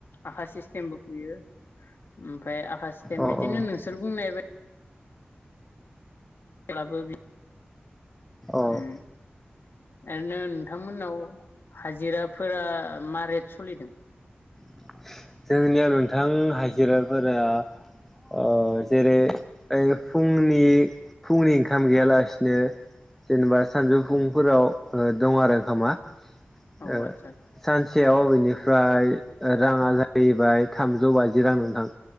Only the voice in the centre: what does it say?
अ
अ
अ
<inaudible> जोंनियाव रो नोंथां हाजिरा फोरा अ जेरै ओइ फुंनि फुंनि ओंखाम गैयालासिनो जेनेबा सानजौफुंफोराव दं आरो ओंखामा। ओ
सानसेयाव अबेनि फाय ओ राङा जाहैबाय थामजौ बाजि रां नोंथां।